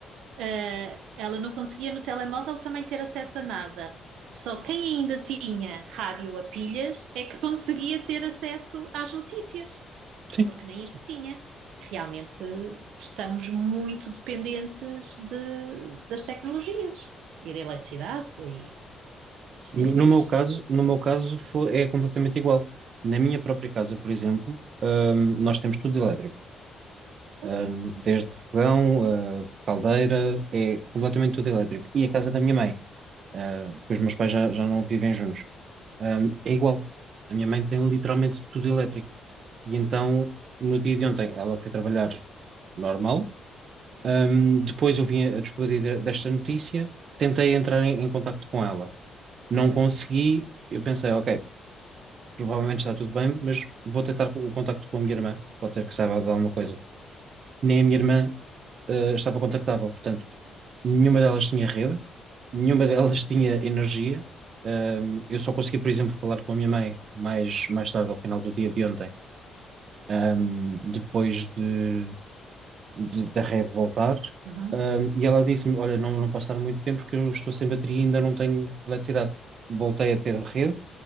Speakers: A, on the right; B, on the right.
A: eh, ela não conseguia no telemóvel também ter acesso a nada. Só quem ainda tinha rádio a pilhas é que conseguia ter acesso às notícias,
B: sim.
A: porque nem
B: sim.
A: isso tinha. Realmente estamos muito dependentes de- das tecnologias e da eletricidade e de
B: No,
A: tudo
B: no
A: isso.
B: meu caso, no meu caso fo- é completamente igual. Na minha própria casa, por exemplo, ahm, nós temos tudo elétrico.
A: Pois.
B: Ahm, desde fogão, ah, caldeira, é completamente tudo elétrico. E a casa da minha mãe, ah, porque os meus pais já, já não vivem juntos, ahm, é igual. A minha mãe tem literalmente tudo elétrico. E então, no dia de ontem, ela foi trabalhar normal. Ahm, depois eu vim a descobrir de- desta notícia, tentei entrar em, em contacto com ela. Não consegui, eu pensei, ok, provavelmente está tudo bem, mas vou tentar o contacto com a minha irmã. Pode ser que saiba de alguma coisa. Nem a minha irmã, ah, estava contactável, portanto Nenhuma delas tinha rede, nenhuma delas <laughs> tinha energia. Ahm, eu só consegui, por exemplo, falar com a minha mãe mais, mais tarde, ao final do dia de ontem, ahm, depois de, de- da rede voltar.
A: Uhum.
B: Ahm, e ela disse-me: Olha, não, não passar muito tempo porque eu estou sem bateria e ainda não tenho eletricidade. Voltei a ter a rede,